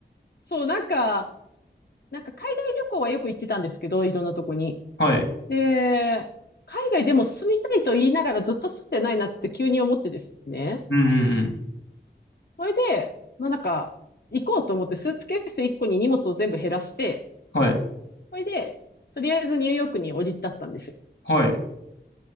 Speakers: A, on the left; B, on the left.
A: そう、なんか、なんか海外旅行はよく行ってたんですけど、いろんなとこに。
B: はい。
A: で、海外でも住みたいと言いながらずっと住んでないなって急に思ってですね。
B: うんうん
A: それで、まあなんか、行こうと思ってスーツケース1個に荷物を全部減らして、
B: うん。はい。
A: それで、とりあえずニューヨークに降り立ったんですよ。
B: はい。